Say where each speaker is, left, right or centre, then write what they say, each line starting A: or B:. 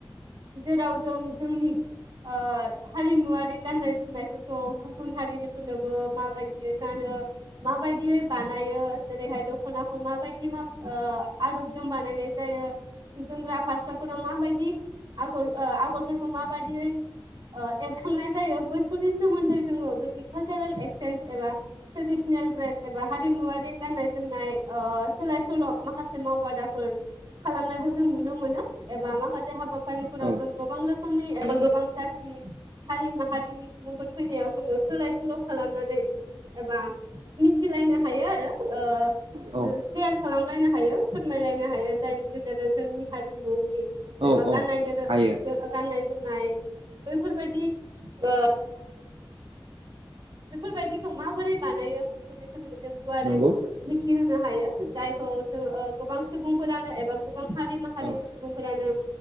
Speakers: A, on the right; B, on the right.
A: जेराव जों जोंनि आ हारिमुवारि। गाननाय जोमनायफोरखौ गुबुन हारिनिफोरनोबो माबायदि गानो। माबायदियै बानायो जेरैहाय दख'नाखौ माबादि मा आदबजों बानायनाय जायो। जोमग्रा फास्राफोरा माबायदि आगर आगरफोरखौ माबादियै एरखांनाय जायो बैफोरनि सोमोन्दै जोङो बिदि कालसारेल एक्सेन्ज एबा ट्रेदिसनेल ड्रेस एबा हारिमुवरारि गाननाय जोमनाय आ सोलाय सोल' माखासे मावबादा फोर खालामनायखौ जों नुनो मोनो एबा माखासे हाबाफारिफोराव
B: औ
A: जों गोबां रोखोमनि एबा गोबां जाथि हारि माहारिनि <unintelligible> सुबुंफोर फैनायाव जोङो सोलाय सोल' खालामनानै। एबा मिथिलायनो हायो आरो ओ
B: औ
A: सेयार खालामलायनो हायो फोरमायलायनो हायो जायनि गेजेरजों जोंनि हारिमुनि
B: औ
A: जेनेबा गाननाय गाननाय-जोमनाय
B: हायो
A: बैफोरबादि ओ बेफोरबायदिखौ माबोरै बानायो बेफोरनि सोमोन्दै जों गुवारै
B: नंगौ
A: मिथिहोनो हायो जायखौ जों गोबां सुबुंफोरानो एबा गोबां हारि माहारिनि
B: औ
A: सुबुंफोरानो